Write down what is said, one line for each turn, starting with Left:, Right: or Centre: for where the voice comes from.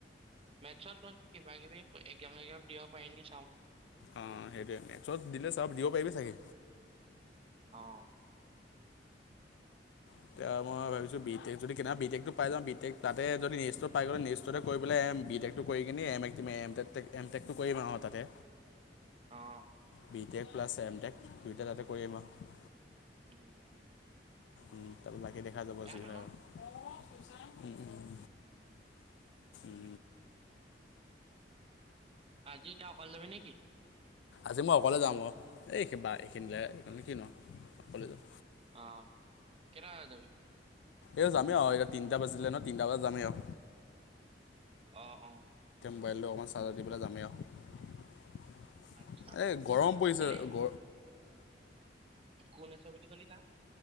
Right: মেথছত লৈছো কিবা কিবি এক্জাম চজাম দিব পাৰিম‌ নেকি চাওঁ।
Left: অ সেইটয়ে মেথছত দিলে চব দিব পাৰিবি চাগে।
Right: অ।
Left: এতিয়া মই ভাবিছোঁ বি টক যদি কেনাবা বি টেকটো পাই যাওঁ, বি টেক তাতে যদি নেৰিষ্টত পাই গ'লে নেৰিষ্টতে কৰি পেলাই এ বি টেকটো কৰি কিনে এম এট মই এম টেক - টেক, এম টেকটো কৰিম আৰু তাতে।
Right: অ',
Left: বিটেক প্লাছ এম টেক দুইটা তাতে কৰিম আৰু।
Right: উম।
Left: উম তাৰ বাকী দেখা যাব
Right: বেয়া
Left: যি
Right: নহয়
Left: হয় আৰু উম। উ।
Right: আজি তই অকলে যাবি নেকি?
Left: আজি মই অকলে যাম আৰু এইিবা এইখিনিলে কিন অকলে যাম।
Right: অ', কেটা বজাত যাবি?
Left: এ যামেই আও এতিয়া তিনটা বাজিলে ন তিনটা বজাত যামেই আও।
Right: অ', অ',
Left: মোবাইলটো অকণমান চাৰ্জাৰ দি পেলাই যামেই আৰু।
Right: আচছা
Left: এই
Right: কোন
Left: গৰম
Right: আছে
Left: পৰিছে
Right: বুলি কলি?
Left: গ
Right: কোন আছে বুলি কলি তাত?